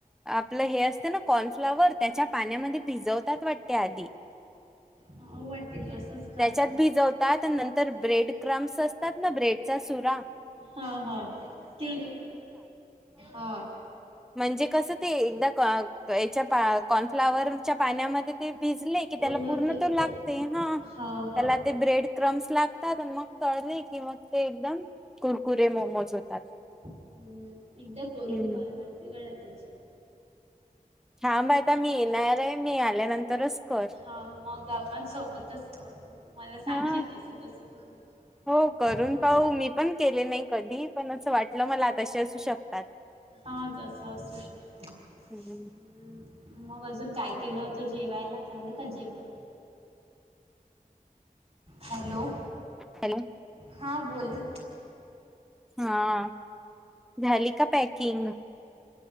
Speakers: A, in the centre; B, on the right (about 45°).
A: आपलं हे असत ना, कॉर्नफ्लाॉवर त्याच्या पाण्यामध्ये भिजवतात वाटते आधी.
B: हा वाटेते. तसंच करतात
A: त्याच्यात भिजवतात नंतर ब्रेड क्रम्स असतात ना ब्रेडचा सुरा
B: हा हा ते हा
A: म्हणजे कसं ते एकदा याच्या कॉर्नफ्लावरच्या पाण्यामध्ये ते भिजले त्याला
B: ओल
A: पूर्ण
B: ते
A: त लागते
B: ओ
A: हा
B: हो हो
A: त्याला. ते ब्रेड क्रम्स लागतात आणि मग तळले की,, ते एकदम कुरकुरे मोमोज होतात.
B: हम्म एकदा करून
A: हम्म
B: पहा लागते गळ्यातचे.
A: थांब आता मी येणार आहे मी आल्यानंतरच, कर
B: हा, मग आपण सोबतच कर मग तुम्हाला सांगशील
A: हा
B: तसं तस करू.
A: हो करून
B: हा
A: पहा मी पण केले नाही कधी पण असं वाटलं मला तसे असू शकतात.
B: हा, तसं असू शकते.
A: हम्म.
B: हम्, मग अजून काय केलं होतं जेवायला झालं का जेवण? हॅलो!
A: हॅलो!
B: हां बोल ना.
A: हा झाली का पॅकिंग?